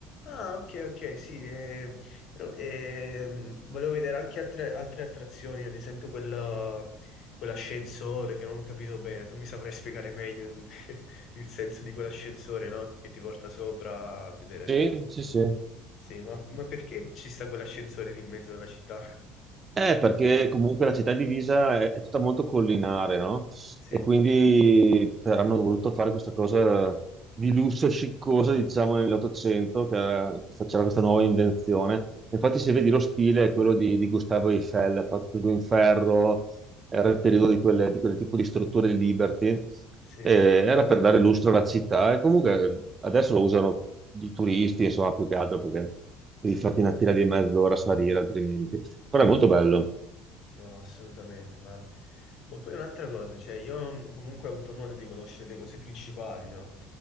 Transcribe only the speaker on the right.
Sì, sì, sì.
Eh, perché comunque la città di Pisa è, è tutta molto collinare, no?
E quindi per- hanno voluto fare questa cosa di lusso e sciccosa, diciamo, nell'Ottocento, che era- questa- c'era questa nuova invenzione. Infatti, se vedi lo stile è quello di, di Gustavo Eiffel, fatto tutto in ferro, era il periodo di, quelle- di quel tipo di strutture di Liberty,
e
era per dare lustro alla città. E comunque adesso lo usano i turisti, insomma, più che altro perché devi
farti una fila di mezz'ora a salire altrimenti. Però è molto bello.